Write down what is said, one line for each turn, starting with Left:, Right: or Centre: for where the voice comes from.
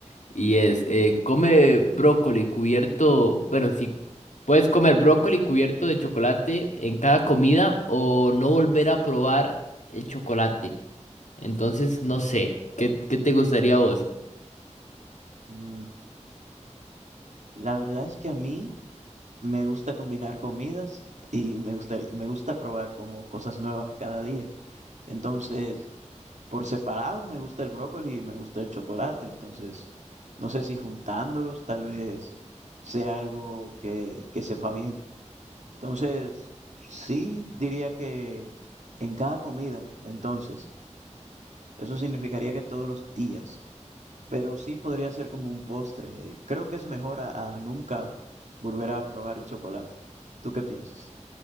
Left: Y es, eh, come brócoli cubierto, bueno, si puedes comer brócoli cubierto de chocolate en cada comida o no volver a probar el chocolate. Entonces, no sé, ¿qué, qué te gustaría a vos?
Right: Mm, la verdad es que a mí me gusta combinar comidas y me gustaría, me gusta probar como cosas nuevas cada día. Entonces, por separado me gusta el brócoli y me gusta el chocolate, entonces no sé si juntándolos tal vez sea algo que, que sepa bien. Entonces, sí diría que en cada comida, entonces, eso significaría que todos los días, pero sí podría ser como un postre. Eh, Creo que es mejor a, a nunca volver a probar el chocolate. ¿Tú qué piensas?